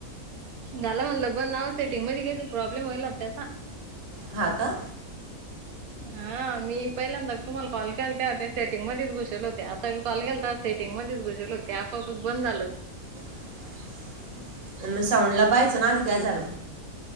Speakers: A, on the right; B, on the right.
A: झालं म्हणलं बंद अहो सेटिंग मध्ये काहि तर प्रॉब्लेम व्हायला त्याचा.
B: हा का?
A: हा मी पहिल्यांदा तुम्हाला कॉल केलते त्या सेटिंग मध्येच घुसेल होते. आता मी कॉल केलता ते सेटिंग मध्येच घुसले होते. ते आपोआपच बंद झालं.
B: <inaudible> मग साऊंड ला पाहायचं ना आधी काय झालं.